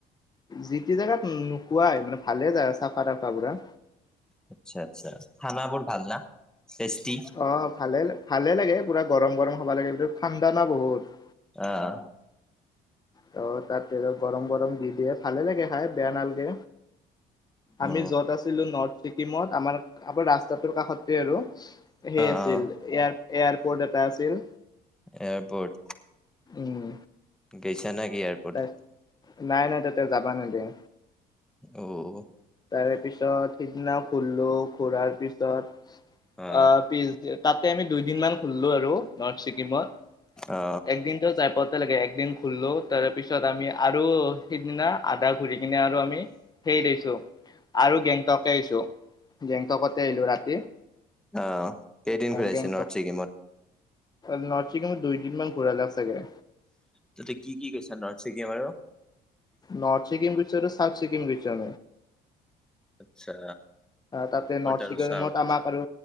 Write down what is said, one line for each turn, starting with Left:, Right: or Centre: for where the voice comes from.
Left: যিটি জেগাত নোখোৱায় মানে ভালে জাগা চাফা তাফা পুৰা।
Centre: আচ্ছা আচ্ছা খানা বোৰ ভাল না? টেষ্টি?
Left: অঁ ভালে ভালে লাগে পুৰা গৰম গৰম খাবা লাগে এইটোত ঠাণ্ডা ন বহুত।
Centre: আহঁ।
Left: ত তাৰপিছত গৰম গৰম দি দিয়ে ভালে লাগে খাই বেয়া নালাগে।
Centre: অ
Left: আমি যত আছিলো নৰ্থ ছিকিমত আমাৰ আমাৰ ৰাস্তাটোৰ কাষতে আৰু। সেই
Centre: অ অ
Left: আছিল এ এয়াৰপৰ্ট এটা আছিল
Centre: এয়াৰপৰ্ট
Left: উম।
Centre: গৈছা নেকি এয়াৰপৰ্টত?
Left: তাত নাই নাই তাতে যাবা নেদিয়ে।
Centre: অঁ
Left: তাৰে পিছত সিদিনা ঘুৰিলোঁ ঘূৰাৰ পিছত-
Centre: অ
Left: আ পিছ তাতে আমি দুইদিন মান ঘূৰিলোঁ আৰু। নৰ্থ ছিক্কিমত
Centre: অ
Left: একদিনটো চাইপ একালকে একদিন খুললোঁ তাৰপিছত আমি আৰু সিদিনা। আদা ঘূৰি কিনে আৰু আমি সেই দিছো আৰু গেংটকে আহছো। গেংটকতে আহিলো ৰাতি।
Centre: আহ কেইদিন ঘুৰাইছে
Left: গেংটক
Centre: নৰ্থ ছিকিমত।
Left: নৰ্থ ছিকিমত দুই দিনমান ঘূৰাই লাগেছাগে।
Centre: তাতেই কি কি গিইছা নৰ্থ ছিকিম আৰু
Left: নৰ্থ ছিকিম গইছো আৰু চাওৰ ছিকিম গইছো
Centre: আচ্ছা।
Left: তাতে নৰ্থ
Centre: আৰু
Left: চিকঙত
Centre: চাউথ
Left: আমাক আৰু